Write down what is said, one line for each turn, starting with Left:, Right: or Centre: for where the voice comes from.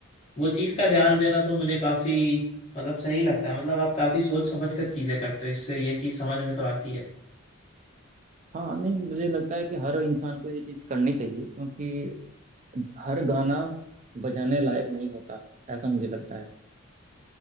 Left: वो चीज का ध्यान देना तो मुझे काफी मतलब सही लगता है मतलब आप काफी सोच समझ कर चीजें करते हो इससे ये चीज समझ में तो आती है
Right: हाँ नहीं मुझे लगता है कि हर इंसान को ये चीज करनी चाहिए क्योंकि हर गाना बजाने लायक नहीं होता ऐसा मुझे लगता है